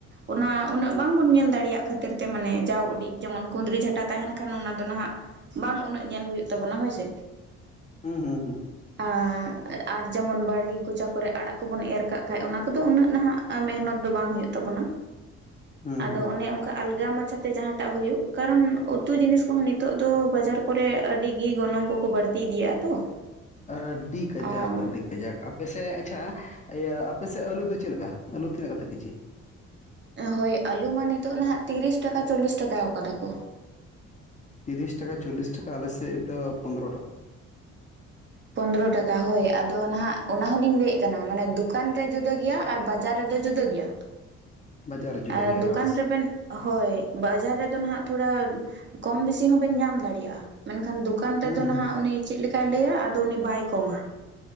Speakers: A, on the right; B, on the left.
A: ᱚᱱᱟ ᱩᱱᱟᱹᱜ ᱵᱟᱝᱵᱚᱱ ᱧᱮᱞ ᱫᱟᱲᱮᱭᱟᱜ ᱠᱷᱟᱹᱛᱤᱨ ᱛᱮ ᱢᱟᱱᱮ ᱡᱟᱣ ᱩᱰᱤᱡ ᱡᱮᱢᱚᱱ ᱠᱩᱸᱫᱽᱨᱤ ᱡᱷᱟᱴᱟ ᱛᱟᱦᱮᱱ ᱠᱷᱟᱱ ᱚᱱᱟ ᱫᱚ ᱱᱟᱦᱟᱜ ᱵᱟᱝ ᱩᱱᱟᱹᱜ ᱧᱮᱞ ᱦᱩᱭᱩᱜ ᱛᱟᱵᱚᱱᱟ ᱦᱳᱭᱥᱮ᱾
B: ᱦᱩᱸ ᱦᱩᱸ ᱦᱩᱸ᱾
A: ᱟᱻ ᱟᱨ ᱡᱮᱢᱚᱱ ᱵᱟᱲᱜᱮ ᱠᱚᱪᱟ ᱠᱚᱨᱮᱜ ᱟᱲᱟᱜ ᱠᱚᱵᱚᱱ ᱮᱨ ᱠᱟᱜ ᱠᱷᱟᱡ ᱚᱱᱟ ᱠᱚ ᱫᱚ ᱩᱱᱟᱹᱜ ᱱᱟᱦᱟᱜ ᱢᱮᱦᱱᱚᱛ ᱫᱚ ᱵᱟᱝ ᱦᱩᱭᱩᱜ ᱛᱟᱵᱚᱱᱟ
B: ᱦᱩᱸ
A: ᱟᱫᱚ
B: ᱦᱩᱸ
A: ᱚᱱᱮ ᱚᱝ ᱟᱞᱜᱟ ᱢᱟᱪᱷᱟᱛᱮ ᱡᱟᱦᱟᱸᱴᱟᱜ ᱦᱩᱭᱩᱜ, ᱠᱟᱨᱚᱱ ᱩᱛᱩ ᱡᱤᱱᱤᱥ ᱠᱚᱦᱚᱸ ᱱᱤᱛᱚᱜ ᱫᱚ ᱵᱟᱡᱟᱨ ᱠᱚᱨᱮᱜ ᱟᱹᱰᱤ ᱜᱤ ᱜᱚᱱᱚᱝ ᱠᱚᱠᱚ ᱵᱟᱹᱲᱛᱤ ᱤᱫᱤᱭᱮᱜᱼᱟ ᱛᱚ᱾
B: ᱟᱹᱰᱤ ᱜᱟᱡᱟᱠ
A: ᱟᱨ
B: ᱟᱹᱰᱤ ᱜᱟᱡᱟᱠ, ᱟᱯᱮᱥᱮᱜ ᱟᱪᱪᱷᱟ ᱤᱭᱟᱹ ᱟᱯᱮᱥᱮᱜ ᱟᱹᱞᱩ ᱫᱚ ᱪᱮᱫ ᱞᱮᱠᱟ? ᱟᱞᱩ ᱛᱤᱱᱟᱹᱜ ᱠᱟᱛᱮᱜ ᱠᱮᱡᱤ?
A: ᱦᱳᱭ, ᱟᱹᱞᱩ ᱢᱟ ᱱᱤᱛᱚᱜ ᱱᱟᱦᱟᱜ ᱛᱤᱨᱤᱥ ᱴᱟᱠᱟ ᱪᱚᱞᱞᱤᱥ ᱴᱟᱠᱟᱣ ᱠᱟᱫᱟ ᱠᱚ᱾
B: ᱛᱤᱨᱤᱥ ᱴᱟᱠᱟ ᱪᱚᱞᱞᱤᱥ ᱴᱟᱠᱟ, ᱟᱞᱮᱥᱮᱫ ᱫᱚ ᱯᱚᱱᱫᱽᱨᱚ ᱴᱟᱠᱟ᱾
A: ᱯᱚᱱᱫᱽᱨᱚ ᱴᱟᱠᱟ ᱦᱳᱭ, ᱟᱫᱚ ᱱᱟᱦᱟᱜ ᱚᱱᱟ ᱦᱚᱞᱤᱧ ᱞᱮᱭᱮᱫ ᱠᱟᱱᱟ ᱢᱟᱱᱮ ᱫᱚᱠᱟᱱ ᱨᱮ ᱡᱩᱫᱟᱹ ᱜᱮᱭᱟ ᱟᱨ ᱵᱟᱡᱟᱨ ᱨᱮᱫᱚ ᱡᱩᱫᱟᱹ ᱜᱮᱭᱟ
B: ᱵᱟᱡᱟᱨ ᱨᱮ ᱡᱩᱫᱟᱹ
A: ᱟᱨ
B: ᱜᱮᱭᱟ
A: ᱫᱚᱠᱟᱱ
B: ᱵᱟᱥ
A: ᱨᱮᱵᱮᱱ ᱦᱳᱭ, ᱵᱟᱡᱟᱨ ᱨᱮᱫᱚ ᱱᱟᱦᱟᱜ ᱛᱷᱚᱲᱟ ᱠᱚᱢ ᱵᱤᱥᱤ ᱦᱚᱸᱵᱮᱱ ᱧᱟᱢ ᱫᱟᱲᱮᱭᱟᱜᱼᱟ ᱢᱮᱱᱠᱷᱟᱱ ᱫᱳᱠ ᱫᱚᱠᱟᱱ ᱨᱮᱫᱚ
B: ᱦᱩᱸ
A: ᱱᱟᱦᱟᱜ
B: ᱦᱩᱸ
A: ᱩᱱᱤ ᱪᱮᱫ ᱞᱮᱠᱟᱭ ᱞᱮᱭᱟ ᱟᱫᱚ ᱩᱱᱤ ᱵᱟᱭ ᱠᱚᱢᱟ᱾